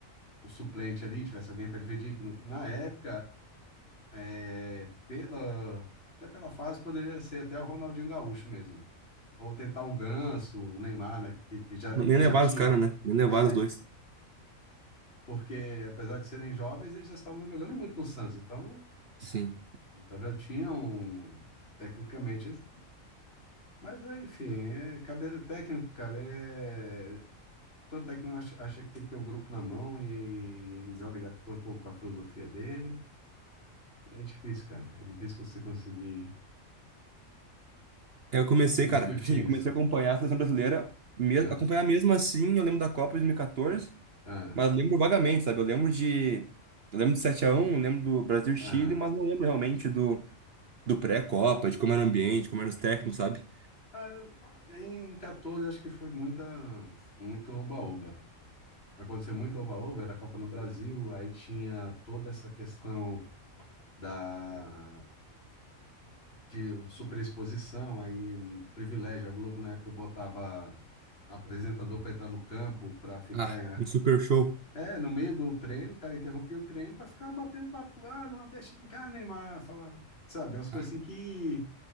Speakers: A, on the left (about 45°); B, on the right (about 55°).
A: um suplente ali, tivesse alguém para dividir, que no- na época, é, pela, até pela fase, poderia ser até o Ronaldinho Gaúcho mesmo. Ou tentar o Ganso, o Neymar, né, que, que já,
B: Nem
A: que já
B: levaram
A: tinha.
B: os caras, né? Nem levaram
A: É,
B: os dois.
A: porque apesar de serem jovens, eles já estavam jogando muito no Santos, então,
B: Sim.
A: então já tinham, tecnicamente, eles- mas aí, enfim, é, cabe- técnico, cara, é... Todo técnico acha, acha que tem que ter o grupo na mão e joga de acordo com, com a filosofia dele. É difícil, cara. É difícil você conseguir
B: Aí Eu comecei,
A: discutir
B: cara, tipo assim, eu comecei
A: isso.
B: a acompanhar a seleção brasileira, mesmo,
A: Ah,
B: acompanhar mesmo assim, eu lembro da Copa de 2014,
A: ah,
B: mas lembro vagamente, sabe? Eu lembro de. Eu lembro do 7x1, eu lembro do Brasil-Chile,
A: ah.
B: mas não lembro realmente do, do pré-Copa, de como era o ambiente, como eram os técnicos, sabe?
A: Ah, em 14, acho que foi muita, muito oba-oba. Aconteceu muito oba-oba, era a Copa no Brasil, aí tinha toda essa questão da de, de superexposição, aí hum, privilégio. A Globo, na época, botava apresentador para entrar no campo, para ficar
B: Ah, um super show.
A: É, no meio do treino, o cara interrompia o treino para ficar batendo papo. Ah, não, deixa de cá, Neymar. Falar, sabe, umas coisas
B: Ah,
A: assim que